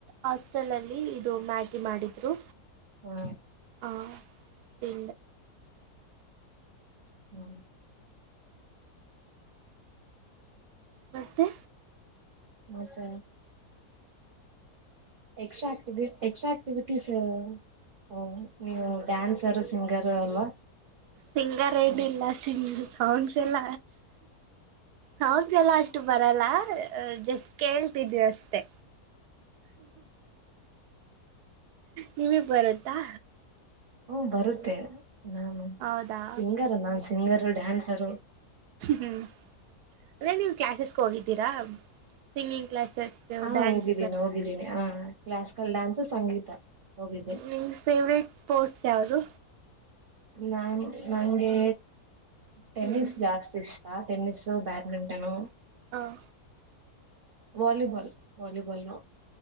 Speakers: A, on the right; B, on the right.
A: ಹಾಸ್ಟೆಲ್ ಅಲ್ಲಿ ಇದು ಮ್ಯಾ ಮಾಡಿದ್ರು
B: ಹಾ
A: ಆ ತಿ
B: ಹ್ಮ
A: ನಸ್ತೆ
B: ಮತ್ತ ಎಕ್ಸ್ಟ್ರಾ ಆಕ್ಟ ಎಕ್ಸ್ಟ್ರಾ ಆಕ್ಟಿವವಿಟೀಸ್ ಓ ನೀವು ಡ್ಯಾನ್ಸರ್ ಸಿಂಗರು ಅಲ್ವಾ
A: ಸಿಂಗರ್ ಏನಿಲ್ಲ
B: ಹ
A: ಸಿಂಗ ಸಾಂಗ್ಸ್ ಎಲ್ಲ ಸಾಂಗ್ಸ್ ಎಲ್ಲ ಅಷ್ಟ ಬರಲ್ಲ ಜಸ್ಟ್ ಕೇಳ್ತಿದ್ವಿ ಅಷ್ಟೆ ನಿಮಗ್ ಬರತ್ತಾ
B: ಹ್ಮ ಬರುತ್ತೆ ನಾನ
A: ಹೌದಾ
B: ಸಿಂಗರ್ ನಾನ ಸಿಂಗರು ಡ್ಯಾನ್ಸರು
A: ಹ್ಮ್ ಅದೇ ನೀವು ಕ್ಲಾಸಸ್ಗೆ ಹೋಗಿದ್ದೀರಾ ಸಿಂಗಿಂಗ್ ಕ್ಲಾಸ್
B: ಹಾ
A: ಡ್ಯಾನ್ಸ್
B: ಹೋಗಿದ್ದೀನಿ ಹೋಗಿದ್ದೀನಿ ಹ ಕ್ಲಾಸಿಕಲ್ ಡ್ಯಾನ್ಸ್ ಸಂಗೀತ ಹೋಗಿದ್ದೆ
A: ನಿನ್ ಫೇವ್ರೇಟ್ ಸ್ಪೋರ್ಟ್ಸ್ ಯಾವವು್ದು
B: ನಾನ್ ನಂಗೆ ಟೆನಿಸ್
A: ಹ್ಮ್
B: ಜಾಸ್ತಿ ಇಷ್ಟ ಹ ಟೆನ್ನಿಸಸು ಬ್ಯಾಡ್ಮಿಂಟನು
A: ಹಾಂ
B: ವಾಲಿಬಾಲ್ ವಾಲಬಾಲ್ ನ